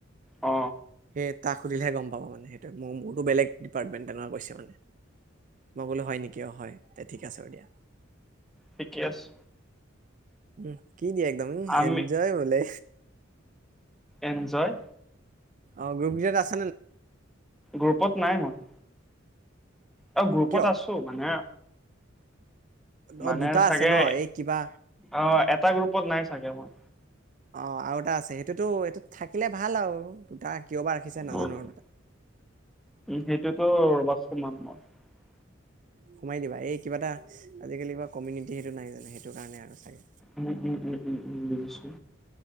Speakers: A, in the centre; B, on the right.
A: অ
B: সেই তাক সুধিলেহে গম পাবা মানে সেইটো মোৰ মোৰতো বেলেগ ডিপাৰ্টমেণ্ট তেনেকে কৈছে মানে। মই বোলো হয় নেকি অ হয় দে ঠিক আছে বোলো।
A: ঠিকে আছে
B: উম কি দিয়া একদম উ
A: আমি
B: এনজয় বোলে।
A: এনজয়
B: অ গ্ৰুপজত আছে।
A: গ্ৰুপত নাই মই। অ গ্ৰুপত
B: কিয়
A: আছো মানে মানে
B: অ দুটা
A: চাগে
B: আছে ন এই কিবা
A: অ এটা গ্ৰুপত নাই চাগে মই
B: অ আৰু এটা আছে সেইটোতো এইটো থাকিলে ভাল আৰু দুটা কিয় বা ৰাখিছে নাজানো
A: উম সেইটোতো <inaudible>
B: সোমাই দিবা এই কিবা এটা আজিকালি কিবা কমিউনিটি সেইটো নাই জানো সেইটো কাৰণে আৰু চাগে।
A: উম উম উম উম উম বুজিছো